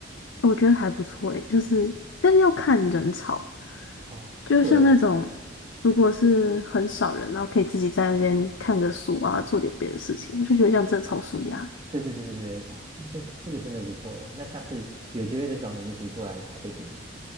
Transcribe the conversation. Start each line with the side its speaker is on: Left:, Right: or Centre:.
Left: 我觉得还不错诶，就是但是要看人潮，
Right: 哦，
Left: 就像那种
Right: 对
Left: 如果是很少人，然后可以自己在那边看个书啊，做点别的事情，我就觉得像正超舒压。
Right: 对对对对对，哦，那这这个真的不错诶，那下次有机会再找你一起出来咖啡厅。